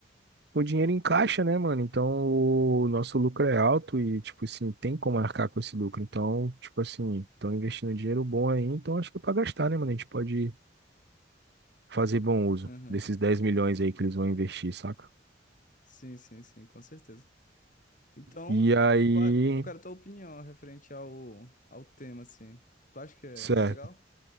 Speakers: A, on the right (about 65°); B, on the left (about 45°).
A: O dinheiro encaixa, né, mano? Então o nosso lucro é alto e, tipo assim, tem como arcar com esse lucro. Então, tipo assim, estão investindo dinheiro bom aí, então acho que é pra gastar, né, mano? A gente pode fazer bom uso
B: aham.
A: desses 10 milhões aí que eles vão investir, saca?
B: Sim, sim, sim, com certeza. Então,
A: E aí,
B: tua- eu quero tua opinião referente ao, ao tema, assim. Tu acha que é
A: certo.
B: legal